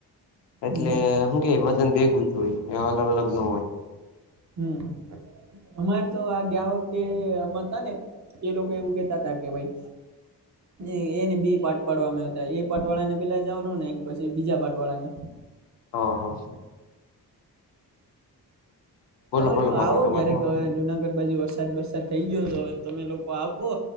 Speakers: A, on the left (about 85°); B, on the right (about 45°).
A: એટલે
B: હમ
A: શું કે વદન ભેગું જ હોય અલગ અલગ ન હોય
B: હમ હમ અમારે તો આ ગયા વ તે હતા ને તે લોકો એવું કેતા હતાા કે ભઈ એ એને બી પાટ પાડવા આવ્યા હતા એ પાટ વાળા ને પેલા જવાનું ને પછી બીજા પાટ વાળા ને
A: હ હ બોલો
B: હવે
A: બોલો બાકી
B: આવો
A: તમારે
B: ક્યારેક
A: શું
B: હવે જુનાગઢ બાજુ વરસાદ વરસાદ થઈ ગયો તો હવે તમે લોકો આવો